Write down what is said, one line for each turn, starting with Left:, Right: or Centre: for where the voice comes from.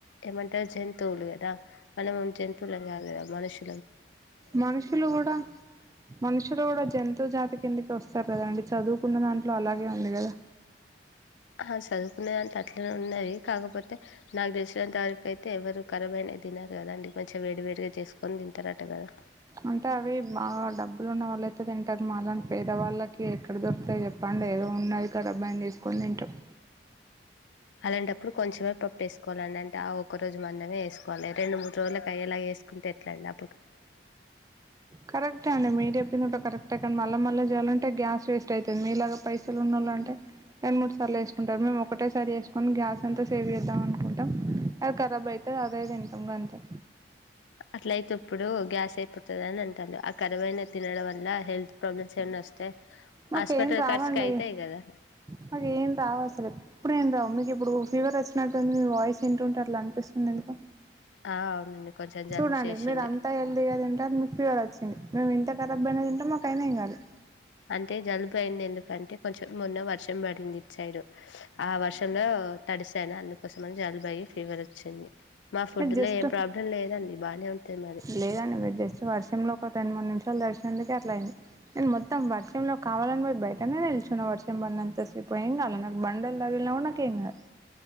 Left: ఏమంటారు జంతువులు కదా మనము జంతువులు కాదుకదా మనుషు
Right: మనుషులు కూడా మనుషులు కూడా జంతు జాతి కిందికి వస్తారు కదండి చదువుకున్న దాంట్లో అలాగే ఉంది కదా
Left: అ ఆ చదువుకున్న దాంట్లో అట్లనే ఉన్నది కాకపోతే నాకు తెలిసినంతవరకు అయితే ఎవరు ఖరాబ్ అయినయి తిన్నారు కదా అండి మంచిగా వేడి వేడిగా చేసుకొని తింటారట కదా
Right: అంటే అవి బాగా డబ్బులు ఉన్న వాళ్ళ అయితే తింటారు మాలటి పేదవాళ్ళకి ఎక్కడ దొరుకుతాయి చెప్పండి ఏదో ఉన్నది కడబ్బాయిని తీసుకోని తింటాం
Left: అలాంటప్పుడు కొంచెమే పప్పు వేసుకోవాలి అంటే ఆ ఒక రోజు మందమే వేసుకోవాలి రెండు మూడు రోజుల అ్యేలా వేసుకు గట్ల అయిందా
Right: కరెక్టే అండి మీరు చెప్పింది కూడా కరెక్టే అక్కడ మళ్ళా మళ్ళా చేయాలంటే గ్యాస్ వేస్ట్ అయితది మీలాగా పైసలు ఉనోలు అంటే రెండు మూడు సార్లు చేసుకుంటారు మేము ఒకటేసారి చేసుకొని గ్యాస్ అంతా సేవ్ చేద్దాం అనుకుంటాం అది రాబ్ అయి అ అదై తింటాం గంతే
Left: అట్లయితే ఇప్పుడు గ్యాస్ అయిపోతుంది అని అంటారు ఆ కరాబ్ అయినాయి తినడం వల్ల హెల్త్ ప్రాబ్లమ్ చెన్నై వస్తే
Right: మాకేం
Left: హాస్పిటల్
Right: రావండి
Left: ఖర్చుకి అయితాయి కదా
Right: మాకుేం రావు అసలు ఎప్పుడు ఏం రావు మీకు ఇప్పుడు ఫీవర్ వచ్చినట్టుంది మీ వాయిస్ వింటుంటే అట్లా అనిపిస్తుంది అందుకో
Left: ఆ అవునండి కొంచెం జలుబు
Right: చూడండి
Left: చేసింది
Right: మీరు అంత హెల్తీగా తింటారు మీకు ఫీవర్ వచ్చింది మేమెంత ఇంత కరాబైన తింటం మాకు అయినా ఏం కాలే
Left: అంటే జలుబు అయింది ఎందుకంటే కొంచెం మొన్న వర్షం పడింది ఇటు సైడు ఆ వర్షంలో తడిస్తాను అందుకోసమని జాలబాయి ఫీవర్ వచ్చింది మా ఫుడ్
Right: మీరు జస్ట్
Left: లో ఏం ప్రాబ్లం లేదండి బాగానే ఉంటది మాది
Right: లేదండి వెట్ జెస్ట్ వర్షంలో ఒక రెండు మూడు నిమిషాలు దడిశినందుకే అట్లా అయింది నేను మొత్తం వర్ష్ వర్షంలో కావాలని పోయి బయటనేే నిల్చున్న వర్షం బంన్నంత సేపు ఏం గాల నాకు బండలు తగిలినా గూడా నాకు ఏం కాదు